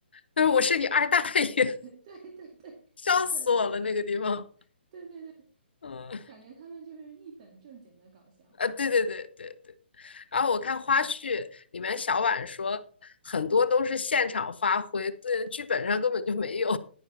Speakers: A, on the left (about 65°); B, on the right (about 40°).
A: 他说我是你二大爷，
B: <laughs> 对对对，
A: <laughs>
B: 是的，
A: 笑死我了那个地方。
B: 是的，对对对，
A: 嗯，
B: 感觉他们就是一本正经的搞笑。
A: 啊，对对对对对，然后我看花絮里面小婉说很多都是现场发挥，
B: 对，
A: 对，剧本上根本就没有。